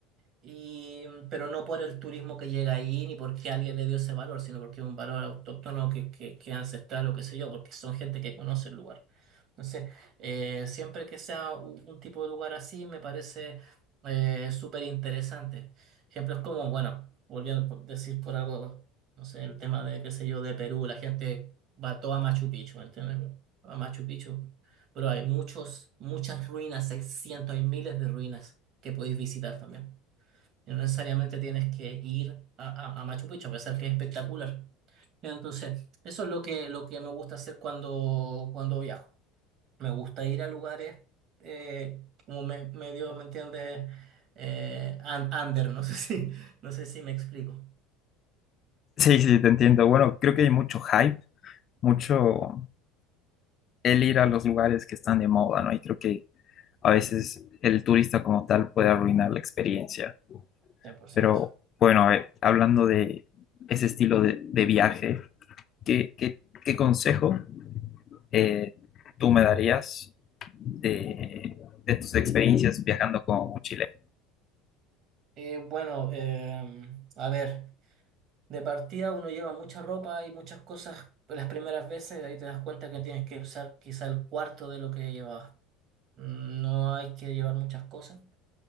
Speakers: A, on the right; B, on the left.
A: y, pero no por el turismo que llega ahí, ni porque alguien le dio ese valor, sino porque es un valor autóctono que, que, que es ancestral o qué sé yo, porque son gente que conoce el lugar. Entonces, eh, siempre que sea u- un, tipo de lugar así, me parece eh, súper interesante. Ejemplos como, bueno, volviendo a decir por algo, no sé, el tema de, qué sé yo, de Perú, la gente va toda a Machu Picchu, ¿entiendes? Bueno, A Machu Picchu. Pero hay muchos, muchas ruinas, hay cientos, hay miles de ruinas que podéis visitar también. Y no necesariamente tienes que ir a, a- a Machu Picchu, a pesar que es espectacular. Entonces, eso es lo que, lo que me gusta hacer cuando, cuando viajo. Me gusta ir a lugares, eh, como me, medio, ¿me entiendes? Eh, un- under, no sé <laughs> si, no sé si me explico.
B: Sí, sí, te entiendo. Bueno, creo que hay mucho hype, mucho el ir a los lugares que están de moda, ¿no? Y creo que a veces el turista como tal puede arruinar la experiencia.
A: 100%.
B: Pero bueno, a ver, hablando de ese estilo de, de viaje, ¿qué, qué, qué consejo eh, tú me darías de, de tus experiencias viajando como mochilero?
A: Eh, bueno, eh, a ver, de partida uno lleva mucha ropa y muchas cosas las primeras veces, ahí te das cuenta que tienes que usar quizá el cuarto de lo que llevabas. Mm, No hay que llevar muchas cosas.